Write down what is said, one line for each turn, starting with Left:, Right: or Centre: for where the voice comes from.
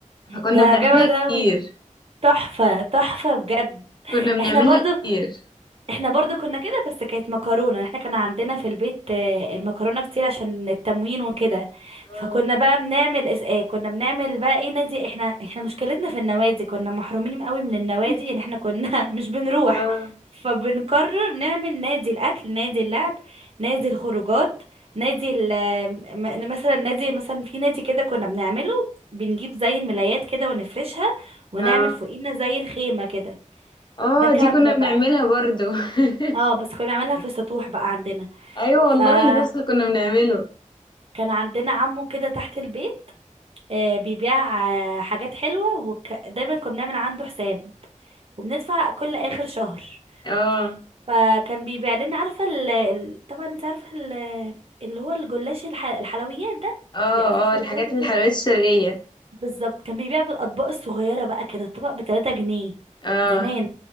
Left: فكنا
Right: ده
Left: بنعملها
Right: جامد اوي
Left: كتير
Right: تحفة تحفة بجد
Left: كنا بنعملها
Right: احنا برضو
Left: كتير
Right: احنا برضو كنا كده بس كانت مكرونة احنا كان عندنا في البيت آه، المكرونة كتير عشان التموين وكده
Left: اه
Right: فكنا بقى بنعمل اس- آه، كنا بنعمل بقى ايه نادي احنا احنا مشكلتنا في النوادي كنا محرومين قوي من النوادي
Left: <laughs>
Right: يعني احنا كنا <laughs> مش بنروح
Left: اه
Right: فبنقرر نعمل نادي الاكل نادي اللعب نادي الخروجات نادي ال- آه، م- مثلا نادي مثلا في نادي كده كنا بنعمله بنجيب زي الملايات كده ونفرشها ونعمل
Left: اه
Right: فوقينا زي الخيمة كده
Left: آه،
Right: ده كامب
Left: دي كنا بنعملها
Right: بقى
Left: برضو <laughs>
Right: اه بس كنا بنعملها في السطوح بقى عندنا
Left: ايوه
Right: فكان
Left: والله نفس اللي كنا بنعمله
Right: عندنا عمو كده تحت البيت آه بيبيع آه حاجات حلوة ودايما كنا بنعمل عنده حساب وبندفع كل آخر شهر
Left: اه
Right: فكان بيبيع لنا عارفة ال... ال... طبعا انت عارفة ال... اللي هو الجلاش الح... الحلويات ده
Left: اه
Right: اللي بيبقى فيه شربات
Left: اه الحاجات
Right: وكده
Left: الحلويات الشرقية
Right: بالظبط كان بيبيع بالأطباق الصغيرة بقى كان الطبق بتلاتة جنيه
Left: اه
Right: زمان